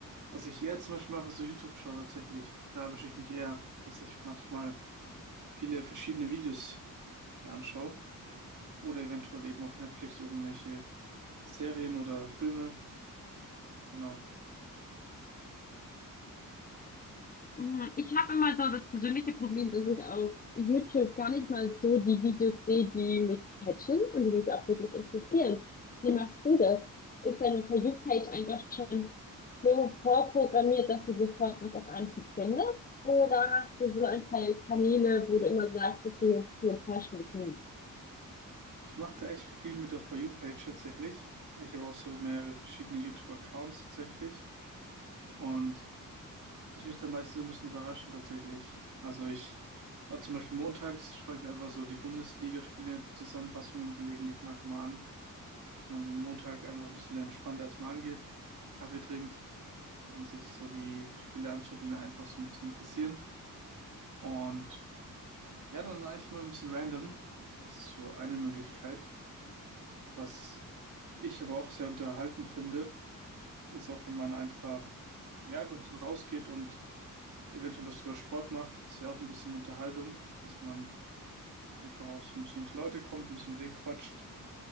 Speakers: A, on the right; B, on the left.
A: Was ich eher zum Beispiel mache, ist so YouTube-Show tatsächlich. Da erwische ich mich eher, dass ich manchmal viele verschiedene Videos mir anschaue oder eventuell eben auf Netflix irgendwelche Serien oder Filme. Genau.
B: Mm, Ich habe immer so das persönliche Problem, dass ich auf YouTube gar nicht mal so die Videos sehe, die mich catchen und die mich auch wirklich interessieren. Wie machst du das? Ist deine For You-Page einfach schon so vorprogrammiert, dass du sofort was auf Anhieb findest? Oder hast du so ein paar Kanäle, wo du immer sagst, okay, die enttäuschen mich nie?
A: Ich mache da echt viel mit der For You-Page tatsächlich. Ich habe auch so mehrere verschiedene YouTube-Accounts tatsächlich und das mich dann meistens so ein bisschen überraschen tatsächlich. Also ich schaue zum Beispiel montags, schaue ich einfach so die Bundesligaspiele, die Zusammenfassungen gelegentlich manchmal an. und den Montag einfach ein bisschen entspannt erstmal angeht, Kaffee trinkt und sich so die Spiele anschaut, die ihn einfach so ein bisschen interessieren. Und ja, dann eigentlich mal ein bisschen random. Das ist so eine Möglichkeit. Was ich aber auch sehr unterhaltend finde, ist auch, wenn man einfach, ja, einfach ein bisschen rausgeht und eventuell auch sogar Sport macht, ist ja auch ein bisschen Unterhaltung, dass man einfach auch so ein bisschen unter Leute kommt, ein bisschen mit denen quatscht.